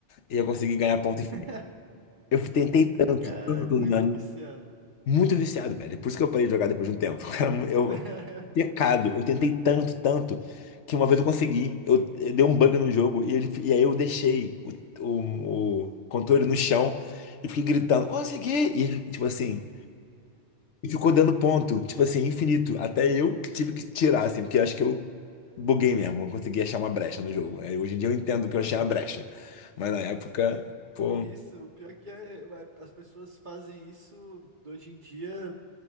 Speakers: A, on the left; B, on the right.
A: e eu conseguir ganhar ponto.
B: <laughs>
A: Eu tentei tanto,
B: Cara,
A: tanto,
B: muito
A: né?
B: viciado.
A: muito viciado, velho. Por isso que eu parei de jogar depois de um tempo. <laughs> Cara, eu,
B: <laughs>
A: Pecado. Eu tentei tanto, tanto, que uma vez eu consegui. Eu, eu dei um bug no jogo e, ele, e aí eu deixei o, o, o controle no chão e fiquei gritando, consegui! E tipo assim, e ficou dando ponto, tipo assim, infinito. Até eu que tive que tirar, assim, porque eu acho que eu buguei mesmo, eu consegui achar uma brecha no jogo. Aí, hoje em dia eu entendo que eu achei uma brecha. Mas na época, pô,
B: É isso,
A: um
B: o pior que é, é, as pessoas fazem isso hoje em dia